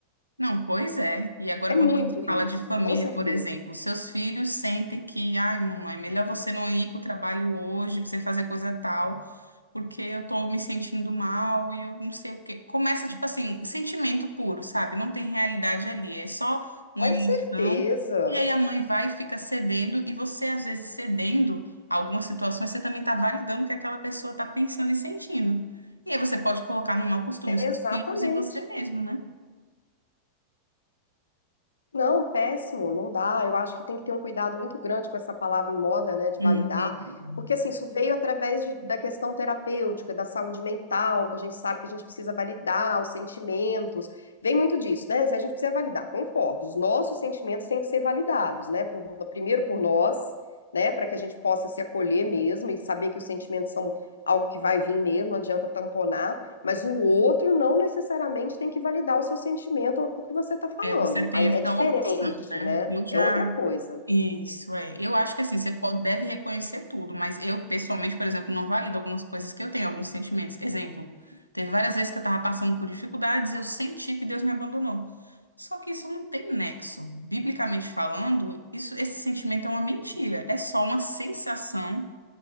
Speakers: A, on the right (about 85°); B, on the left (about 75°).
A: Não, pois é. E agora,
B: É muito
A: quando a gente fala
B: isso,
A: de família,
B: com certeza.
A: por exemplo, seus filhos sentem que, ai, mamãe, melhor você não ir para o trabalho hoje, para você fazer coisa tal, porque eu tô me sentindo mal e eu não sei o quê. Começa, tipo assim, sentimento puro, sabe? Não tem realidade ali, é só uma
B: Com
A: emoção.
B: certeza.
A: E aí a mãe vai e fica cedendo, e você, às vezes, cedendo a algumas situações, você também está validando o que aquela pessoa está pensando e sentindo. E aí você pode colocar no mau costume
B: É
A: os seus
B: exatamente.
A: filhos e você mesmo, né?
B: Não, péssimo, não dá. Eu acho que tem que ter um cuidado muito grande com essa palavra em moda, né, de
A: Uhum.
B: validar, porque assim, isso veio através de- da questão terapêutica, da saúde mental, que a gente sabe que a gente precisa validar os sentimentos. Vem muito disso, né? Se a gente precisa validar, concordo. Os nossos sentimentos têm que ser validados, né? por- primeiro por nós, né, para que a gente possa se acolher mesmo e saber que os sentimentos são algo que vai vir mesmo, não adianta tamponar. Mas o outro não necessariamente tem que validar o seu sentimento ou o que você está falando.
A: É, você tem
B: Aí
A: essa
B: é diferente,
A: opção, né?
B: né?
A: Eu já.
B: É outra coisa.
A: Isso, é. Eu acho que assim, você pode, deve reconhecer tudo, mas eu, pessoalmente, por exemplo, não valido algumas coisas que eu tenho, alguns sentimentos. Exemplo, teve várias vezes que eu estava passando por dificuldades e eu senti que Deus me abandonou. Só que isso não tem nexo. Biblicamente falando, isso, esse sentimento é uma mentira. É só uma sensação